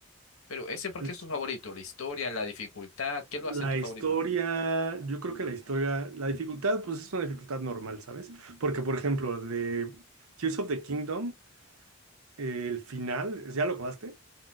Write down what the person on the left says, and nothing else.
Pero ese, ¿por
qué es tu favorito? ¿La historia, la dificultad? ¿Qué lo hace
tu
favorito?